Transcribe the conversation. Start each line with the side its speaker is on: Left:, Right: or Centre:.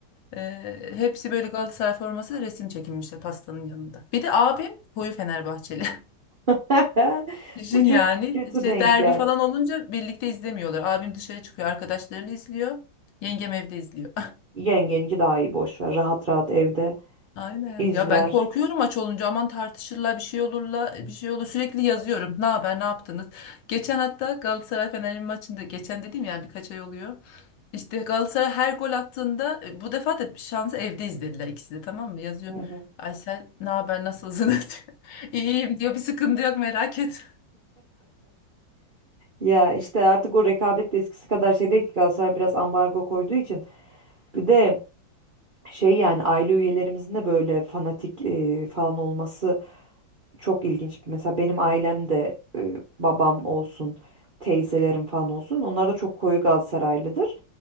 Left: Ee, hepsi böyle Galatasaray formasıyla resim çekinmişler pastanın yanında. Bir de abim koyu Fenerbahçeli.
Right: <laughs>
Left: <laughs> Düşün
Right: Bu çok
Left: yani
Right: kötü
Left: işte
Right: denk
Left: derbi
Right: geldi.
Left: Evet. falan olunca birlikte izlemiyorlar. Abim dışarı çıkıyor arkadaşlarıyla izliyor. Yengem evde izliyor.
Right: Yengeninki daha iyi boş ver. Rahat rahat evde
Left: Aynen.
Right: izler.
Left: Ya ben korkuyorum aç olunca aman tartışırlar bir şey olurla bir şey olur. Sürekli yazıyorum. Ne haber, ne yaptınız? Geçen hatta Galatasaray Fenerbahçe maçında geçen dediğim yani birkaç ay oluyor. İşte Galatasaray her gol attığında e, bu defa da şansı evde izlediler ikisi de tamam mı? Yazıyorum.
Right: Hı hı.
Left: Aysel ne haber nasılsınız? <laughs> İyiyim diyor. Bir sıkıntı yok merak etme.
Right: Ya işte artık o rekabet de eskisi kadar şey değil ki Galatasaray biraz ambargo koyduğu için. Bir de şey yani aile üyelerimizin de böyle fanatik e, falan olması çok ilginç. Mesela benim ailem de e, babam olsun, teyzelerim falan olsun. Onlar da çok koyu Galatasaraylıdır.